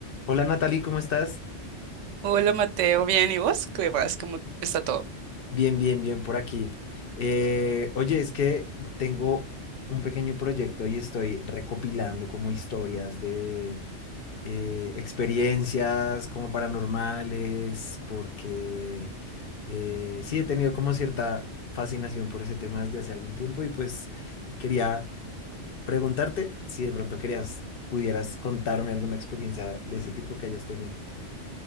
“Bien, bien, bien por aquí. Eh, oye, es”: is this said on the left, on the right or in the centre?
Left